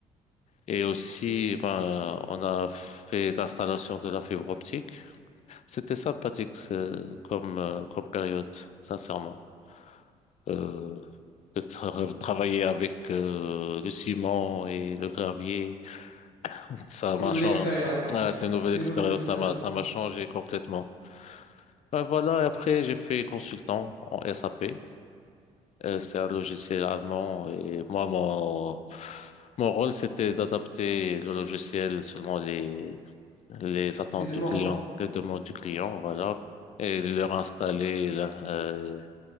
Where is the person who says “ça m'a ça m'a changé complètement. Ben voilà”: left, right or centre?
Left